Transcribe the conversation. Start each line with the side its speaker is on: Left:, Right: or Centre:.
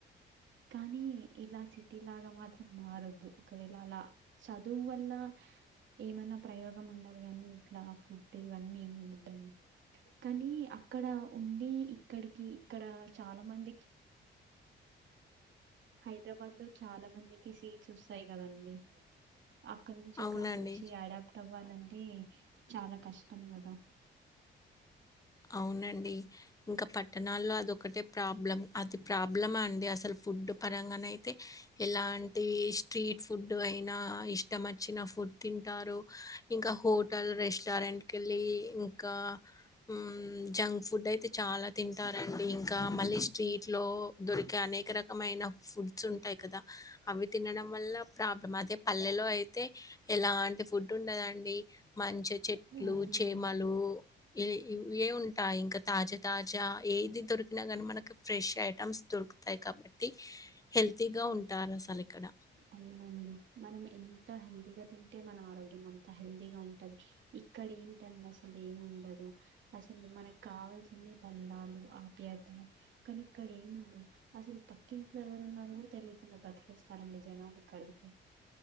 Right: కానీ ఇలా సిటీ లాగ మాత్రం మారద్దు ఒకవేళ అల చదువు వల్ల ఏమన్నా ప్రయోగం ఉండాలి ని ఇట్లా ఫుడ్ ఇవన్నీ ఏమి ఉండద్దడి కానీ అక్కడ ఉండి ఇక్కడికి ఇక్కడ చాలా మందికి హైదరాబాద్లో చాల మందికి సీట్స్ వస్తాయి కదండి అక్కడ నుంచి ఇక్కడికి
Left: అవునండి
Right: వచ్చి అడాప్ట్ అవ్వాలని అంటే చాల కష్టం కదా
Left: అవునండి ఇంకా పట్టణాల్లో అదిొ ఒకటే ప్రాబ్లం అది ప్రాబ్లమా అండి అసలు ఫుడ్ పరంగాన అయితే ఎలాంటి స్ట్రీట్ ఫుడ్ అయినా ఇష్టం వచ్చిన ఫుడ్ తి టారు ఇంకా హోటల్ రెస్టారెంట్ కెళ్ళి ఇంకా హ్మ్. జంక్ ఫుడ్ అయితే చాల తింటారండి ఇంకా మళ్ళీ స్ట్రీట్ లో దొరికే అనేక రకమైన ఫుడ్స్ ఉంటాయి కదా అవి తినడం వల్ల ప్రాబ్లం అదే పల్లెలో అయితే ఎలా ఫుడ్ ఉండదండి మంచి చెట్లు
Right: అవునండి
Left: చేమలు ఇ ఇ ఏ ఉంటాయి ఇంకా తాజా తాజా ఏది దొరికినా కానీ మనకి ఫ్రెష్ ఐటమ్స్ దొరుకుతాయి కాబట్టి హెల్తీగా ఉంటారు అసలు ఇక్కడ
Right: అవునండి మనం ఎంత హెల్దీగా తింటే మన ఆరోగ్యం అంత హెల్దీగా ఉంటది ఇక్కడ ఏంటండి అసలు ఏమి ఉండదు అసలు మనకు కావాల్సింది బందాలు ఆప కానీ ఇక్కడ ఏముండ అసలు పక్కింట్లో ఎవరున్నారు కూడా తెలియకుండా బతికేస్తారం లే జనాలు ఇక్కడైతే